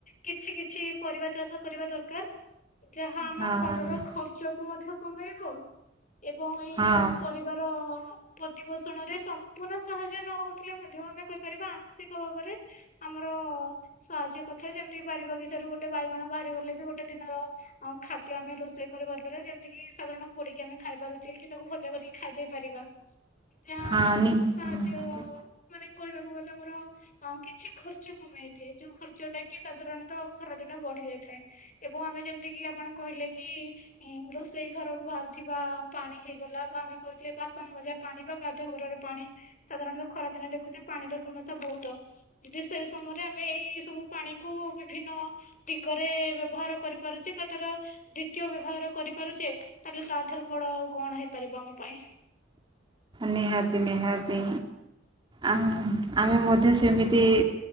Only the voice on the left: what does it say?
କିଛି କିଛି ପରିବା ଚାଷ କରିବା ଦରକାର। ଯାହା ଆମ
ଘରର ଖର୍ଚ୍ଚକୁ ମଧ୍ୟ କମେଇବୁ ଏବଂ ଏଇ
ଯୋଉ ପରିବାର ପ୍ରତିପୋଷଣରେ ସମ୍ପୂର୍ଣ୍ଣ ସାହାଯ୍ୟ ନ ହଉଥିଲେ ମଧ୍ୟ ଆମେ କହିପାରିବା ଆଂଶିକ ଭାବରେ ଆମ ସାହାଯ୍ୟ କଥା ଯେମିତି ବାରି ବଗିଚାରୁ ଗୋଟେ ବାଇଗଣ ବାହାରିଗଲେ ଗୋଟେ ଦିନର ଖାଦ୍ୟ ଆମେ ରୋଷେଇ କରିପାରିବା ଯେମିତି କିି ସାଧାରଣ ପୋଡିକି ଆମେ ଖାଇ ପାରୁଛେ କି ତାକୁ ଭଜା କରିକି ଖାଇ ଦେଇ ପାରିବା। ଯାହା
ଆମକୁ
ସାହାଯ୍ୟ
ମାନେ କହିବାକୁ ଗଲେ ଆମର ହଁ କିଛି ଖ ଖର୍ଚ୍ଚ କମେଇଦିଏ, ଯୋଉ ଖର୍ଚ୍ଚ ଟା କି ସାଧାରଣତଃ ଖରାଦିନ ବଢି ଯାଇଥାଏ ଏବଂ ଆମେ ଯେମିତି କିି ଆପଣ କହିଲେ କି ରୋଷେଇ ଘରରୁ ବାହାରୁଥିବା ପାଣି ହେଇଗଲା ବା ଆମେ କହୁଛେ ବାସନ ମଜା ପାଣି ବା ଗାଧୁଆ ଘରର ପାଣି ସାଧାରଣତଃ ଖରାଦିନେ ଦେଖୁଚେ ପାଣିର ସମସ୍ୟା ବହୁତ ତ ଯଦି ସେ ସମୟରେ ଆମେ ଏଇ ସବୁ ପାଣି କୁ ବିଭିନ୍ନ ଦିଗରେ ବ୍ୟବହାର କରିପାରୁଚେ ବା ତାର ଦ୍ଵିତୀୟ ବ୍ୟବହାର କରିପାରୁଚେ ତାହେଲେ ତା ଠାରୁ ବଡ ଆଉ କଣ ହେଇପାରିବ ଆମ ପାଇଁ।